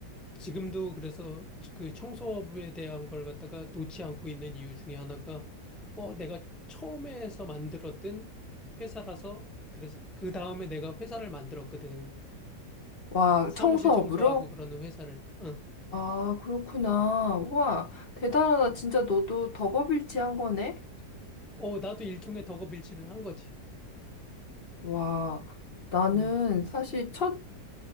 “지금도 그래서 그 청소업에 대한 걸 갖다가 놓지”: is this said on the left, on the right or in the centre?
Centre